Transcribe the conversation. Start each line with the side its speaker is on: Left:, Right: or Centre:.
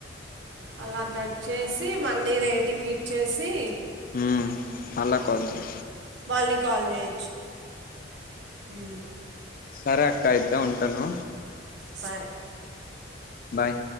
Right: అలా కట్ చేసి మళ్లీ రేటింగ్ ఇచ్చేసి
Left: హ్మ్మ్ అలా కొంచెం
Right: మళ్ళీ కాల్ చెయ్యొచ్చు ఊ
Left: సరే అక్క అయి తా ఉంటాను
Right: సరే
Left: బాయ్